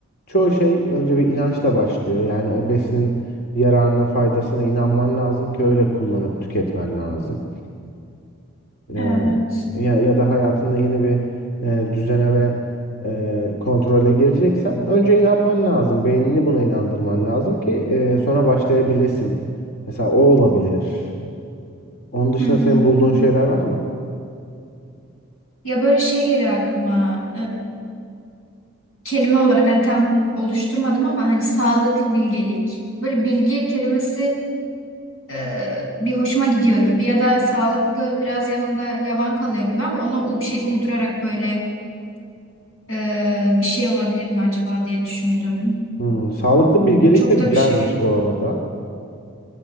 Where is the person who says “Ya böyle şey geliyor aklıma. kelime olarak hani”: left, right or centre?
Left